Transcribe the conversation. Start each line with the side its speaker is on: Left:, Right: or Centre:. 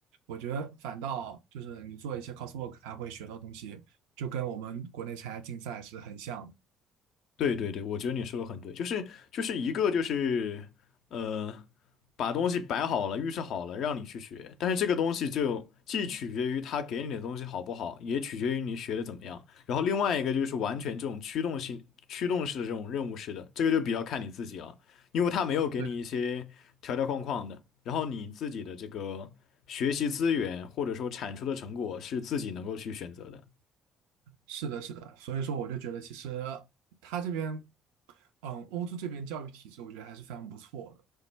Right: 我觉得反倒就是你做一些 coursework，它会学到东西，就跟我们国内参加竞赛是很像。
Left: 对对对，我觉得你说的很对，就是就是一个就是呃，把东西摆好了，预设好了，让你去学，但是这个东西就既取决于他给你的东西好不好，也取决于你学的怎么样。然后另外一个就是完全这种驱动性、驱动式的这种任务式的，这个就比较看你自己了，因为他没有给你一些条条框框的，
Right: 对，
Left: 然后你自己的这个学习资源或者说产出的成果是自己能够去选择的。
Right: 是的，是的。所以说，我就觉得其实它这边，嗯，欧洲这边教育体制，我觉得还是非常不错的。